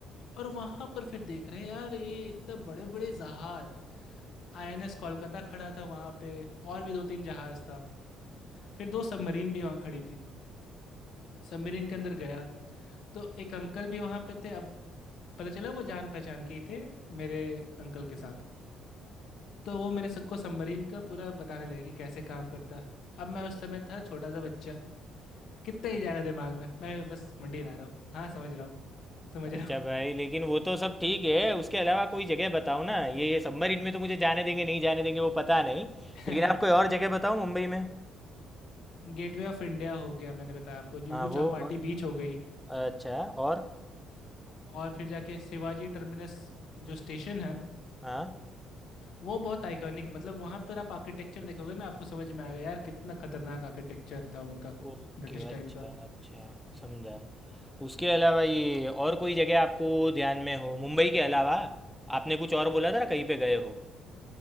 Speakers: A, on the left; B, in the centre.
A: और वहां पर फिर देख रहे हैं यार ये इतने बड़े बड़े जहाज आईएनएस कोलकाता खड़ा था वहां पे और भी दो तीन जहाज था फिर दो सबमरीन भी वहां खड़ी थी सबमरीन के अंदर गया तो एक अंकल भी वहां पे थे अब पता चला वो जान पहचान के ही थे मेरे अंकल के साथ तो वो मेरे सबको सबमरीन का पूरा बताने लगे कि कैसे काम करता अब मैं उस समय था छोटा सा बच्चा कितना ही जाएगा दिमाग में मैं बस मंडी ला रहा हूँ हाँ समझ रहा हूँ समझ
B: अच्छा
A: रहा
B: भाई लेकिन वो तो सब ठीक है उसके अलावा कोई जगह बताओ ना ये ये सबमरीन में तो मुझे जाने देंगे नहीं जाने देंगे वो पता नहीं
A: हूँ
B: लेकिन आप
A: <laughs>
B: कोई और जगह बताओ मुंबई में
A: गेटवे ऑफ इंडिया हो गया मैंने बताया आपको जुहू
B: हाँ वो
A: चौपाटी
B: और
A: बीच हो गई
B: अच्छा और
A: और फिर जाके शिवाजी टर्मिनस जो स्टेशन है
B: हाँ
A: वो बहुत आइकॉनिक मतलब वहां पर आप आर्किटेक्चर देखोगे ना आपको समझ में आएगा यार कितना खतरनाक आर्किटेक्चर था उनका
B: ओके
A: ब्रिटिश
B: अच्छा
A: टाइम का
B: अच्छा समझा उसके अलावा ये और कोई जगह आपको ध्यान में हो मुंबई के अलावा आपने कुछ और बोला था ना कहीं पे गए हो